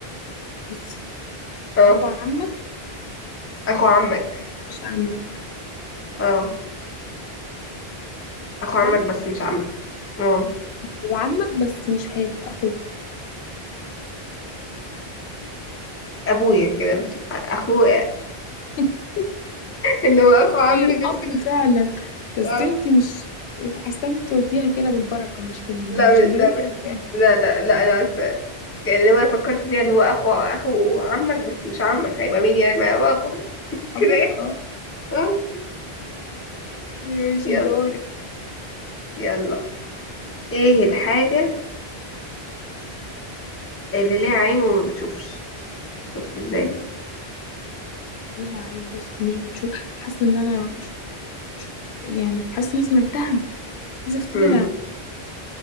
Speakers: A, on the left; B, on the left.
A: بصي
B: اه
A: اخو عمك
B: اخو عمك
A: بس مش عمك
B: اه اخو
A: تمام
B: عمك بس مش عمك اه
A: هو عمك بس مش هيبقى اخوك
B: ابويا كده مش اخوه <laughs>
A: <laughs>
B: ان هو اخو عمي
A: هي الاب
B: بس مش-
A: فعلا بس
B: اه
A: انت مش حاسه ان انت قلتيها كده بالبركه مش كده مش
B: لا
A: مش
B: مش-
A: عشان
B: ده
A: انت
B: مش
A: عارفاها
B: لا لا لا انا عارفة يعني لو انا فكرت فيها اللي هو اخو اخو عمك بس مش عمك هيبقى مين يعني ما يا بابا كده
A: ابوك
B: يعني.
A: اه
B: آه،
A: ماشي
B: يلا
A: دورك
B: يلا ايه الحاجة اللي ليها عين وما بتشوفش شفت ازاي
A: ليها عين بس مش بتشوف حاسه ان انا ش- يعني حاسه ان أنا سمعتها عايزه افتكرها
B: امم